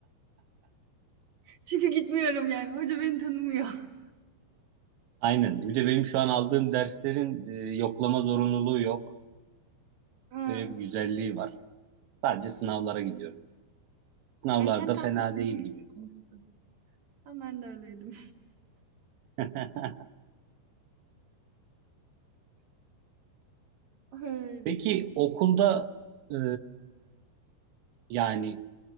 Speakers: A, on the right; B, on the right.
A: <laughs> Çünkü gitmiyorum yani. Hoca beni tanımıyor. <laughs>
B: Aynen. Bir de benim şu an aldığım derslerin e, yoklama zorunluluğu yok.
A: Ha.
B: Öyle bir güzelliği var. Sadece sınavlara gidiyorum. Sınavlarda
A: Yani sen tam
B: fena değil
A: <laughs>
B: gibi.
A: tam ben de öyleydim.
B: <laughs>
A: <laughs> Öyleydi
B: Peki
A: işte.
B: okulda e, yani